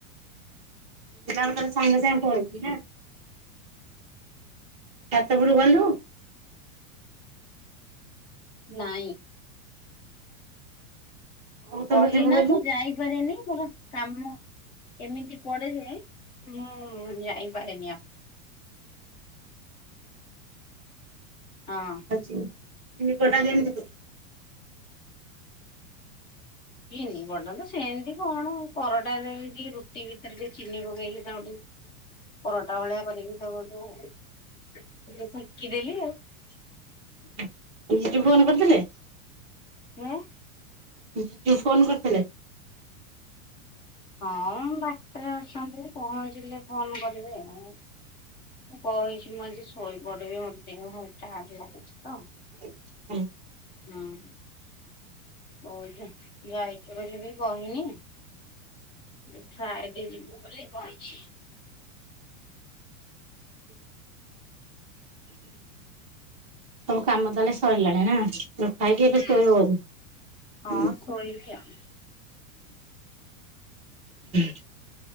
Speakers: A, on the right; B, on the left.
A: ବିଲାପ ତାହେଲେ ସାଙ୍ଗେ ସାଙ୍ଗେ ପଲେଇଛି ନା। ଛାତଉପରୁ ଗଲୁ।
B: ନାଇଁ।
A: କହୁଥିଲୁ
B: କହିଲି
A: ଯିବୁ
B: ନା
A: ବୋଲି।
B: ମୁଁ ଯାଇପାରିନି ମୋର କାମ ଏମିତି ପଡେଯେ ମୁଁ ଯାଇପାରେନି ଆଉ ହଁ।
A: ହି କଟା କେମିତି
B: ଚିନି ପରଟା ସେମିତି କଣ ପରଟାରେ ଟିକେ ରୁଟି ଭିତରେ ଟିକେ ଚିନି ପକେଇକି ତାକୁ ପରଟା ଭଳିଆ କରିକି ତାକୁ ଯୋଉ ଟିକେ ସେକିଦେଲି ଆଉ।
A: <inaudible> ଫୋନ କରିଥିଲେ?
B: ହେଲୋ।
A: ବିଜୁ ଫୋନ କରିଥିଲେ?
B: ହଁ ଡାକ୍ତର ଅଛନ୍ତି ପହଞ୍ଚିଲେ ଫୋନ କରିବେ ଆଉ। ମୁଁ କହିଛି ମୁଁ ଆଜି ଶୋଇ ପଡିବି ମୋତେ ଟିକେ ଭାରି ଟାଏଡ ଲାଗୁଛି ତ
A: ହୁଁ।
B: ହଁ। ଓ ଯାଇଛୁ ବୋଲି ବି କହିନି। ଦେଖ ଆଇଟି ଯିବୁ ବୋଲି କହିଛି।
A: ସବୁ କାମ ତାହେଲେ ସରିଲାଣି ନା। ର ଖାଇକି ଏଠେ
B: ହୁଁ।
A: ଶୋଇବ ବୋଧେ।
B: ହଁ
A: ହୁଁ।
B: ଶୋଇବି ଆଉ
A: <inaudible>